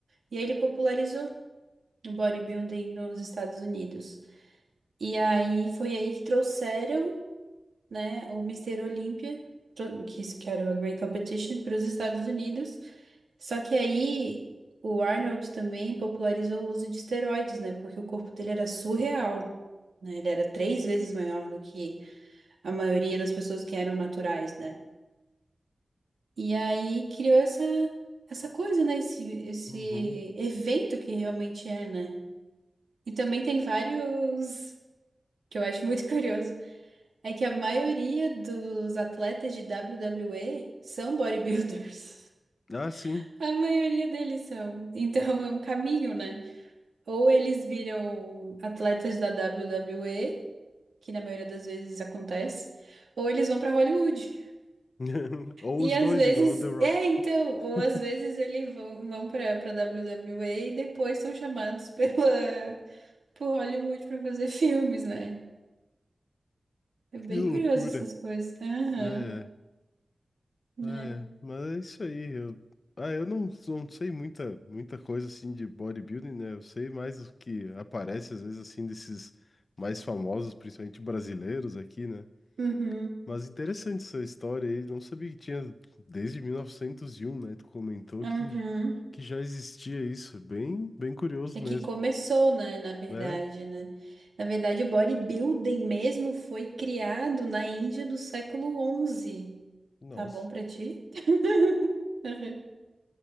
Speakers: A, on the right (about 80°); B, on the left (about 70°).
A: E aí ele popularizou. no bodybuilding nos Estados Unidos. E aí foi aí que trouxeram, né, o Mister Olympia, tro- que isso que era o Great Competition, para os Estados Unidos. Só que aí o Arnold também popularizou o uso de esteroides, né, porque o corpo dele era surreal, né, ele era três vezes maior do que a maioria das pessoas que eram naturais, né. E aí criou essa essa coisa, né? Esse, esse
B: Uhum.
A: evento que realmente é, né? E também tem vários. que eu acho muito <laughs> curioso, é que a maioria dos atletas de WWE são bodybuilders. <laughs>
B: Ah, sim.
A: A maioria deles são. Então é um caminho, né? Ou eles viram atletas da WWE, que na maioria das vezes acontece, ou eles vão pra Hollywood.
B: <laughs> Ou
A: E
B: os
A: às
B: dois,
A: vezes,
B: igual o The Rock.
A: é, então,
B: <laughs>
A: ou às vezes eles vão, vão para para WWE e e depois são chamados <laughs> pela por Hollywood pra fazer filmes, né? É bem
B: Que loucura.
A: curioso essas coisas. Aham,
B: É, é,
A: né?
B: Ah, é. Mas é isso aí. Eu... Ah, eu não, não sei muita, muita coisa assim de bodybuilding, né? Eu sei mais o que aparece às vezes assim desses mais famosos, principalmente brasileiros aqui, né?
A: Uhum,
B: Mas interessante essa história aí. Não sabia que tinha desde 1901, né? Tu comentou
A: uhum.
B: que, que já existia isso. Bem, bem curioso
A: É que
B: mesmo,
A: começou, né, na verdade,
B: né?
A: né? Na verdade, o bodybuilding mesmo foi criado na Índia do século XI.
B: Nossa.
A: Tá bom pra ti? <laughs> Uhum.